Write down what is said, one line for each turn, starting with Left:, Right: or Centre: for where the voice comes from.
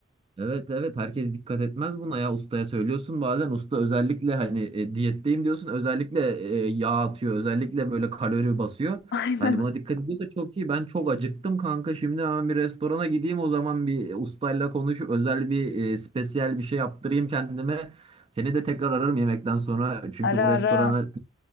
Right: Evet evet herkes dikkat etmez buna ya ustaya söylüyorsun bazen usta özellikle hani e, diyetteyim diyorsun özellikle e, yağ atıyor özellikle böyle kalori basıyor.
Left: <laughs> Aynen.
Right: Hani buna dikkat ediyorsa çok iyi ben çok acıktım kanka şimdi hemen bir restorana gideyim o zaman bir ustayla konuşup özel bir e, spesiyel bir şey yaptırayım kendime. Seni de tekrar ararım yemekten sonra çünkü
Left: Ara
Right: bu restorana
Left: ara